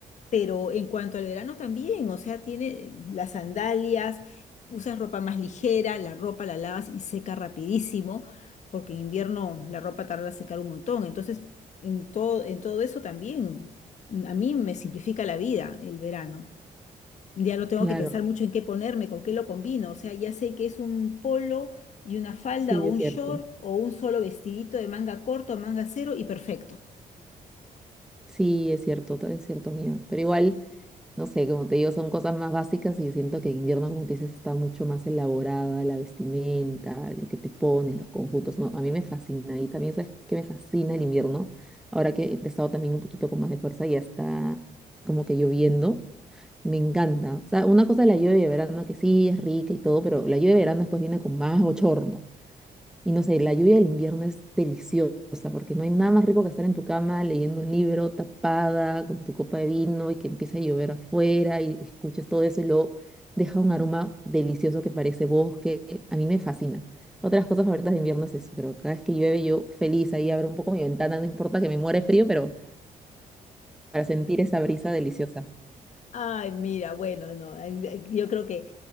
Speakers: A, on the left (about 55°); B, in the centre.
A: Pero en cuanto al verano también, o sea, tiene las sandalias, usas ropa más ligera, la ropa la lavas y seca rapidísimo, porque en invierno la ropa tarda en secar un montón. Entonces, en todo, en todo eso también, a mí me simplifica la vida el verano. Ya no tengo
B: Claro,
A: que pensar mucho en qué ponerme, con qué lo combino. O sea, ya sé que es un polo y una falda
B: sí,
A: o un
B: es cierto.
A: short o un solo vestidito de manga corto, manga cero y perfecto.
B: Sí, es cierto, ta- es cierto, amiga. Pero igual, no sé, como te digo, son cosas más básicas y siento que en invierno, como tú dices, está mucho más elaborada la vestimenta, lo que te pones, los conjuntos, ¿no? A mí me fascina y también, ¿sabes qué me fascina el invierno? Ahora que he empezado también un poquito con más de fuerza y ya está como que lloviendo, me encanta. O sea, una cosa es la lluvia de verano, que sí, es rica y todo, pero la lluvia de verano después viene con más bochorno. Y no sé, la lluvia del invierno es deliciosa porque no hay nada más rico que estar en tu cama leyendo un libro tapada con tu copa de vino y que empieza a llover afuera y escuches todo eso y luego deja un aroma delicioso que parece bosque. A mí me fascina. Otras cosas favoritas de invierno es eso, pero cada vez que llueve yo feliz ahí abro un poco mi ventana, no importa que me muera de frío, pero para sentir esa brisa deliciosa.
A: Ay, mira, bueno, no, ay, ay, yo creo que